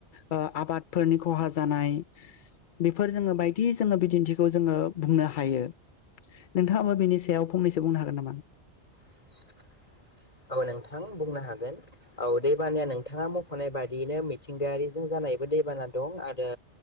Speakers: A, on the left; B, on the left.
A: ओ आबादफोरनि खहा जानाय बेफोर जोङो बायदि जोङो बिदिन्थि जोङो बुंनो हायो नोंथाङाबो बेनि सायाव फंनैसो बुंनो हागोन नामा?
B: <unintelligible> औ नोंथां बुंनो हागोन औ दैबानाया नोंथाङा मख'नाय बायदियैनो मिथिंगायारिजों जाना <unintelligible> दैबाना दं आरो